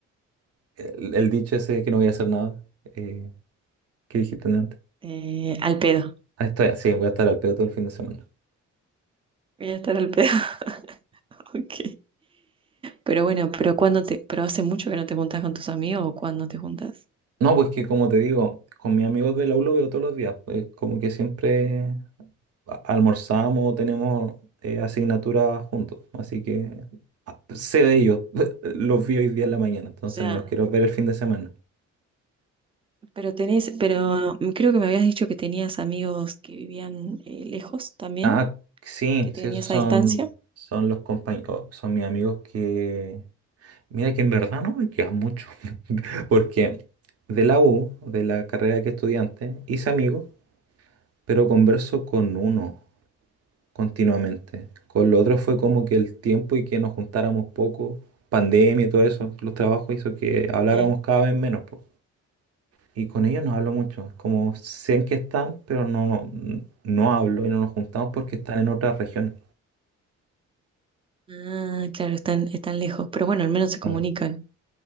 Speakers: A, on the right (about 55°); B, on the right (about 20°).
A: el, el dicho ese de que no voy a hacer nada, eh, ¿qué dijiste antes?
B: Eh, al pedo,
A: Ah, estoy, sí, voy a estar al pedo todo el fin de semana.
B: voy a estar al pedo, <laughs> ok. Pero bueno, pero cuando te, pero hace mucho que no te juntas con tus amigos o cuándo te juntas?
A: No, pues que como te digo, con mis amigos de la U lo veo todos los días. pues, como que siempre a- almorzamos, tenemos eh, asignaturas juntos. Así que ah, sé de ellos. <laughs> Los vi hoy día en la mañana,
B: O
A: entonces
B: sea,
A: no los quiero ver el fin de semana.
B: pero tenés, pero creo que me habías dicho que tenías amigos que vivían eh, lejos también,
A: Ah, sí,
B: que tenías
A: sí, esos son,
B: a distancia.
A: son los compañeros, son mis amigos que... Mira que en verdad no me quedan mucho. <laughs> Porque de la U, de la carrera que estudiante, hice amigos, pero converso con uno. continuamente. Con lo otro fue como que el tiempo y que nos juntáramos poco, pandemia y todo eso, los trabajos hizo que habláramos
B: Sí.
A: cada vez menos, po. Y con ellos no hablo mucho, es como sé en qué están, pero no, no, no hablo y no nos juntamos porque están en otras regiones.
B: Ah, claro, están, están lejos, pero bueno, al menos se comunican,
A: Con